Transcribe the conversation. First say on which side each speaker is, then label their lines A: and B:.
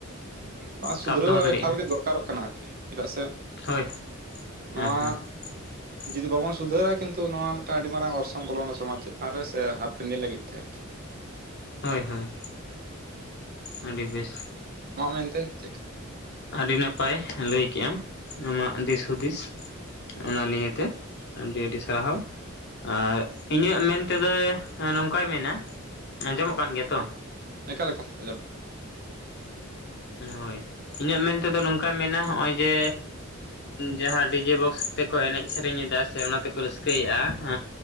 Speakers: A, on the right; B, on the left.
A: ᱱᱚᱣᱟ ᱥᱩᱫᱷᱨᱟᱹᱣ
B: ᱥᱟᱵ ᱫᱚᱦᱚ ᱫᱟᱲᱮᱭᱟᱜᱼᱟ
A: ᱮᱠᱟᱞ ᱜᱮ ᱫᱚᱨᱠᱟᱨᱚᱜ ᱠᱟᱱᱟ ᱟᱨᱠᱤ ᱪᱮᱫᱟᱜ ᱥᱮ
B: ᱦᱳᱭ
A: ᱱᱚᱣᱟ
B: ᱦᱮᱸ <inaudible>
A: ᱡᱩᱫᱤ ᱵᱟᱵᱚᱱ ᱥᱩᱫᱷᱟᱹᱨᱟ ᱠᱤᱱᱛᱩ ᱱᱚᱣᱟ ᱢᱤᱫᱴᱟᱝ ᱟᱹᱰᱤ ᱢᱟᱨᱟᱝ ᱚᱨᱥᱚᱝ ᱵᱚᱞᱚᱱᱟ ᱥᱚᱢᱟᱡᱽ ᱪᱮᱛᱟᱱ ᱨᱮ ᱥᱮ ᱦᱟᱯᱮᱱ ᱫᱤᱱ ᱞᱟᱹᱜᱤᱫ ᱛᱮ ᱟᱨᱠᱤ᱾
B: ᱦᱳᱭ ᱦᱳᱭ ᱟᱹᱰᱤ ᱵᱮᱥ᱾
A: ᱱᱚᱣᱟ ᱢᱮᱱᱛᱮ ᱪᱮᱫ
B: ᱟᱹᱰᱤ ᱱᱟᱯᱟᱭ ᱞᱟᱹᱭ ᱠᱮᱜ ᱟᱢ ᱟᱢᱟᱜ ᱫᱤᱥ ᱦᱩᱫᱤᱥ ᱾ ᱚᱱᱟ ᱱᱤᱭᱮᱛᱮ ᱟᱹᱰᱤ ᱟᱹᱰᱤ ᱥᱟᱨᱦᱟᱣ ᱾ ᱟᱨ ᱤᱧᱟᱹᱜ ᱢᱮᱱ ᱛᱮᱫᱚ ᱱᱚᱝᱠᱟᱭ ᱢᱮᱱᱟ ᱟᱸᱡᱚᱢᱚᱜ ᱠᱟᱱ ᱜᱮᱭᱟ ᱛᱚ
A: ᱮᱠᱟᱞ ᱮᱠᱟᱞ ᱟᱸᱡᱚᱢ
B: ᱦᱳᱭ ᱤᱧᱟᱹᱜ ᱢᱮᱱ ᱛᱮᱫᱚ ᱱᱚᱝᱠᱟᱭ ᱢᱮᱱᱟ ᱱᱚᱜᱼᱚᱭ ᱡᱮ ᱡᱟᱦᱟᱸ ᱰᱤᱡᱮ ᱵᱚᱠᱥ ᱛᱮᱠᱚ ᱮᱱᱮᱡ ᱥᱮᱨᱮᱧ ᱮᱫᱟ ᱥᱮ ᱚᱱᱟ ᱛᱮᱠᱚ ᱨᱟᱹᱥᱠᱟᱹᱭᱮᱫᱼᱟ ᱾